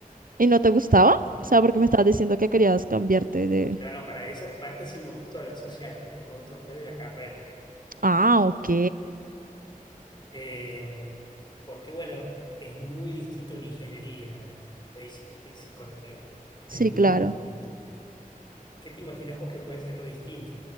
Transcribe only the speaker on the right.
¿y no te gustaba? O sea, porque me estabas diciendo que querías cambiarte de...
Ah, ok.
Sí,
claro.